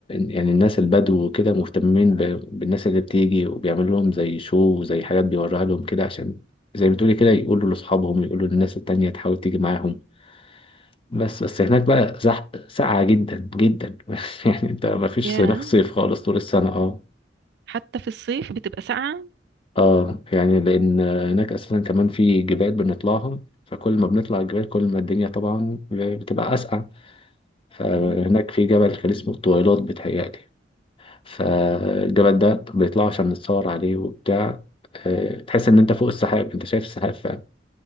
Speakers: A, on the left; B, on the right.
A: يعني الناس البدو وكده مهتمين ب- بالناس اللي بتيجي وبيعمل لهم زي شو وزي حاجات بيوريها لهم كده عشان زي ما تقولي كده يقولوا لاصحابهم يقولوا للناس التانية تحاول تيجي معاهم بس بس هناك بقى زحمة ساقعة جدا جدا <laughs> يعني انت ما فيش
B: يا
A: هناك صيف خالص طول السنة اه
B: حتى في الصيف بتبقى ساقعة
A: اه يعني لان هناك اساسا كمان في جبال بنطلعهم فكل ما بنطلع الجبال كل ما الدنيا طبعا بتبقى اسقع فهناك
B: مهم.
A: في جبل كان اسمه الطويلات بتهيألي فالجبل ده بيطلعوا عشان نتصور عليه وبتاع آه، تحس ان انت فوق السحاب انت شايف السحاب فعلا